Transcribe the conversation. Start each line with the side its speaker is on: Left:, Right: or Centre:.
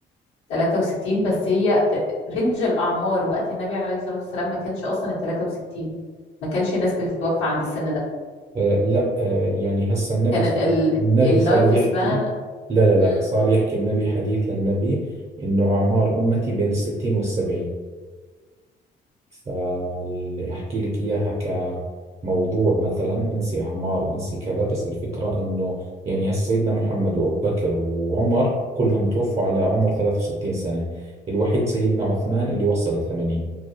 Left: 63 بس هي رينج الاعمار وقت النبي عليه الصلاة والسلام ما كانش اصلا ال 63 ما كانش الناس بتتوفى عند السن ده
Right: آه لا آه يعني هسا النبي
Left: كان
Right: صار
Left: ال-
Right: النبي
Left: اللايف
Right: صار يحكي
Left: سبان
Right: لا لا لا
Left: مم.
Right: صار يحكي النبي حديث للنبي إنه أعمار أمتي بين الستين والسبعين فأحكي لك إياها كموضوع مثلا انسي أعمار وانسي كذا بس الفكرة إنه يعني هسا سيدنا محمد وأبو بكر وعمر كلهم توفوا على عمر 63 سنة الوحيد سيدنا عثمان اللي وصل الثمانين